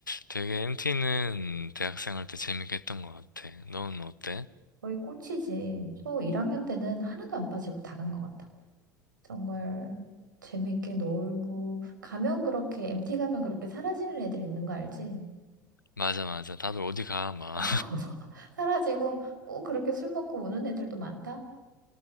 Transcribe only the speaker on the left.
되게 MT는 대학생 할 때 재밌게 했던 것 같아. 너는 어때?
맞아 맞아 다들 어디 가 막.